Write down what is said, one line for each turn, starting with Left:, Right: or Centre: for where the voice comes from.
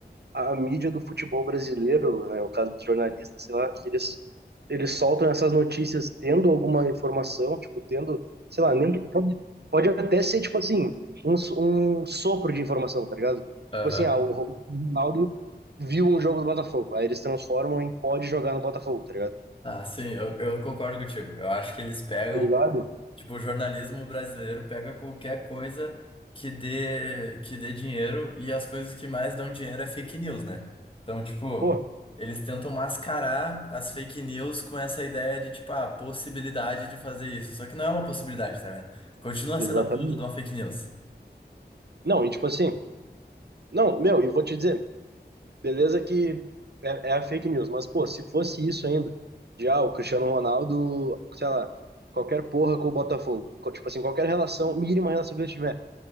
Right: a mídia do futebol brasileiro, né, o caso dos jornalistas, sei lá, eles eles soltam essas notícias tendo alguma informação, tipo, tendo, sei lá, nem pode, pode até ser tipo assim, um, um sopro de informação, tá ligado?
Left: Aham.
Right: Tipo assim, ah, o Ronaldo viu um jogo do Botafogo, aí eles transformam em pode jogar no Botafogo, tá ligado?
Left: Ah, sim, eu, eu concordo contigo. Eu acho que eles pegam.
Right: Tá ligado?
Left: Tipo, o jornalismo brasileiro pega qualquer coisa que dê, que dê dinheiro e as coisas que mais dão dinheiro é fake news, né? Então, tipo,
Right: Pô,
Left: eles tentam mascarar as fake news com essa ideia de, tipo, a possibilidade de fazer isso. Só que não é uma possibilidade, tá ligado? Continua
Right: exatamente.
Left: sendo a porra de uma fake news.
Right: Não, e tipo assim, não, meu, e vou te dizer, Beleza que é, é a fake news, mas, pô, se fosse isso ainda, já o Cristiano Ronaldo, sei lá, qualquer porra com o Botafogo, co- tipo assim, qualquer relação, mínima relação que ele tiver,